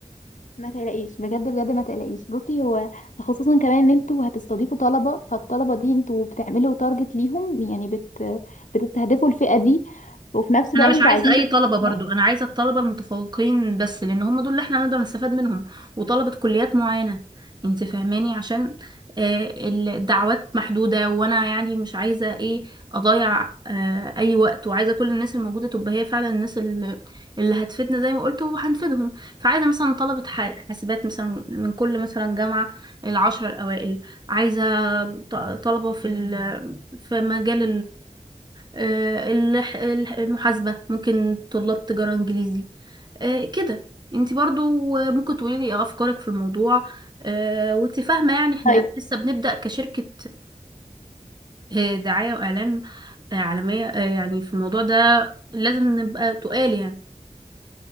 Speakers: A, on the left; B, on the right.
A: ما تقلقيش بجد بجد ما تقلقيش بصي هو خصوصا كمان ان انتوا هتستضيفوا طلبة فالطلبة دي انتوا بتعملوا تارجت ليهم يعني بت بتستهدفوا الفئة دي وفي نفس الوقت
B: انا مش
A: انتوا
B: عايزه
A: عايزين
B: اي
A: تكسبوا
B: طلبه برضو
A: ناس
B: انا عايزه الطلبه المتفوقين بس لان هم دول اللي احنا نقدر نستفاد منهم وطلبه كليات معينه انت فاهماني عشان آه، الدعوات محدوده وانا يعني مش عايزه ايه اضيع آه، اي وقت وعايزه كل الناس الموجوده تبقى هي فعلا الناس اللي, اللي هتفيدنا زي ما قلت وهنفيدهم فعايزه مثلا طلبه ح- حاسبات مثلا من كل مثلا جامعه العشر الاوائل عايزه ط- طلبه في ال- في مجال آه، الح- الح- المحاسبة ممكن طلاب تجارة انجليزي آه، كده انت برضو آه، ممكن تقولي لي إيه افكارك في الموضوع آه، وانت فاهمة يعني احنا
A: طيب
B: لسه بنبدأ كشركة آه، دعاية واعلان آه، عالمية آه، يعني في الموضوع ده لازم نبقى تقال